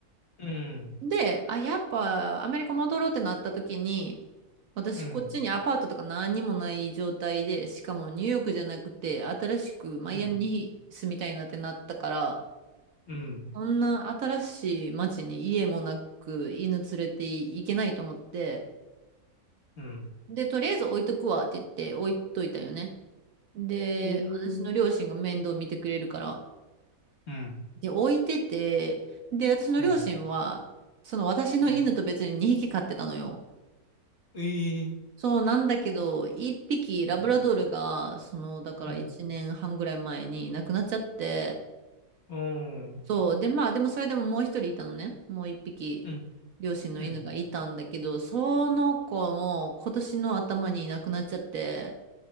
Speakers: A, on the left; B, on the right.
A: うん。
B: で、あ、やっぱアメリカ戻ろうってなった時に、私こっちにアパートとか何にもない状態で、
A: うん。
B: しかもニューヨークじゃなくて、新しくマイアミに住みたいなってなったから、
A: うん。うん。
B: そんな新しい街に家もなく犬連れて行けないと思って、
A: うん。
B: で、とりあえず置いとくわって言って置いといたよね。で、
A: おー。
B: 私の両親が面倒見てくれるから。
A: うん。
B: で、置いてて、で、私の両親は、
A: うん。
B: その私の犬と別に2匹飼ってたのよ。
A: うん。ええ。
B: そうなんだけど、1匹ラブラドールが、
A: うん。
B: その、だから1年半ぐらい前に亡くなっちゃって、
A: うん。うん。うん。
B: そう。で、まあ、でもそれでももう1人いたのね。もう1匹、
A: うん。
B: 両親の犬がいたんだけど、
A: うん。
B: その子も今年の頭にいなくなっちゃって、